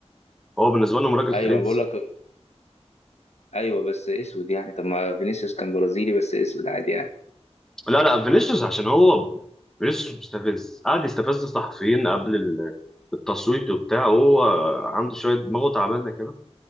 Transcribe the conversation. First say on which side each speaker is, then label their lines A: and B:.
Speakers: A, in the centre; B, on the left (about 70°).
A: هو بالنسبه لهم راجل
B: ايوه
A: فرنسي
B: بقول لك ايوه بس اسود يعني طب ما فينيسيوس كان برازيلي بس اسود عادي يعني
A: لا لا فينيسيوس عشان هو فينيسيوس مستفز قعد يستفز الصحفيين قبل ال- التصويت وبتاع هو عنده شويه دماغه تعبانه كده